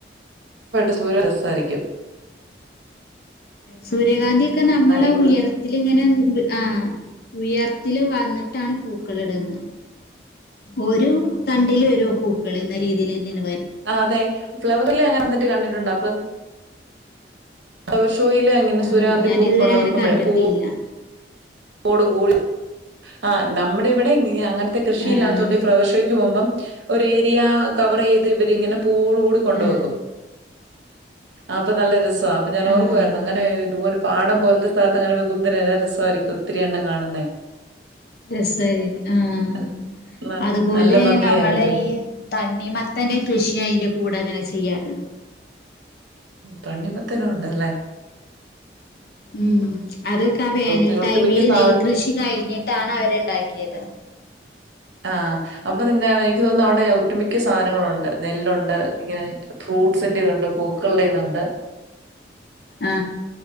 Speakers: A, on the right; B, on the left.
A: <inaudible> സൂര്യ രസായിരിക്കും.
B: സൂര്യകാന്തി ഒക്കെ നമ്മളെ
A: ഇവ-
B: ഉയരത്തിൽ ഇങ്ങനെ ആ ഉയർത്തില് വന്നിട്ടാണ് പൂക്കളിടുന്നേ ഓരു തണ്ടില് ഒര് പൂക്കളെന്ന രീതിയിലെന്നെണ്
A: ആ അതെ ഫ്ലവർല് അങ്ങനെ നിന്നിട്ട് കണ്ടിട്ടുണ്ടോ അപ്പൊ <unintelligible> ടുവീലെ ഇങ്ങനെ
B: ആഹ്
A: സുര്യകാന്തി
B: ഞാനിതുവരെ
A: പൂക്കൊണ്ട്
B: അങ്ങനെ
A: വിക്കുമ്പഴേ
B: കണ്ടിട്ടില്ല.
A: പൂ പൂവോടെ കൂടി ആഹ് നമ്മടെ ഇവിടെ ഇന അങ്ങനത്തെ കൃഷിയില്ലാത്തോണ്ട്
B: ആഹ്
A: ഈ ഫ്‌ളവർഷോ പോകുമ്പം ഒരു ഏരിയാ കവർ ചെയ്ത് ഇവരിങ്ങനെ പൂവോള് കൂടി കൊണ്ട്
B: ആഹ്
A: വെക്കും. അപ്പൊ നല്ല രസാ അപ്പൊ ഞാൻ
B: ആഹ്
A: ഓർക്കുവായിരുന്നു അങ്ങനെ ഇതുപോലെ പാടം പോലത്തെ സ്ഥലത് അതങ്ങനെ വെക്കുമ്പോ തന്നെ രസായിരിക്കും ഒത്തിരി എണ്ണം കാണുന്നേ.
B: രസവായിരിക്കും ആഹ്
A: നൽ നൽ
B: അതുപോലെ
A: നല്ല ഭംഗിയായിരിക്കുവല്ലോ.
B: നമ്മളെ ഈ തണ്ണി മത്തന്റെ കൃഷിയയിന്റെ കൂടെ അങ്ങനെ ചെയ്യാ <inaudible>
A: തണ്ണിമത്തനും ഒണ്ടല്ലേ.
B: ഉം അതൊക്കെ ആ വേനൽ
A: മി ഒട്ടുമിക്ക
B: ടൈമില്
A: സാധനം
B: നെൽകൃഷി കഴിഞ്ഞിട്ടാണ് അവരുണ്ടാക്കിയത്.
A: ആഹ് അപ്പൊ നിന്നെ എനിക്ക് തോന്നുന്നു അവിടെ ഒട്ടുമിക്ക മിക്ക സാധനങ്ങളുണ്ട് നെല്ലുണ്ട് ഇങ്ങനെ ഫ്രൂട്ട്സിന്റെയിതുണ്ട് പൂക്കളുടെയിതുണ്ട്
B: ആ